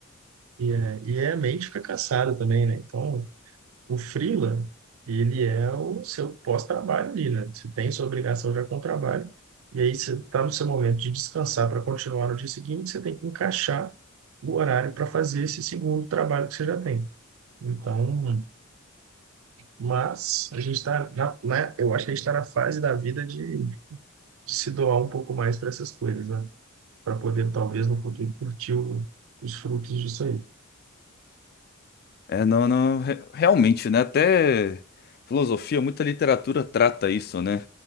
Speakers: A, on the right; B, on the left.
A: E, é, e é, a mente fica cansada também, né? Então, O freela, ele é o seu pós-trabalho ali, né? Você tem sua obrigação já com o trabalho, e aí você está no seu momento de descansar para continuar no dia seguinte, você tem que encaixar o horário para fazer esse segundo trabalho que você já tem. Então, mas a gente está na, né? Eu acho que a gente está na fase da vida de, de se doar um pouco mais para essas coisas, né? Para poder, talvez, no futuro, curtir o- os frutos disso aí.
B: É, não, não, re- realmente, né? Até filosofia, muita literatura trata isso, né?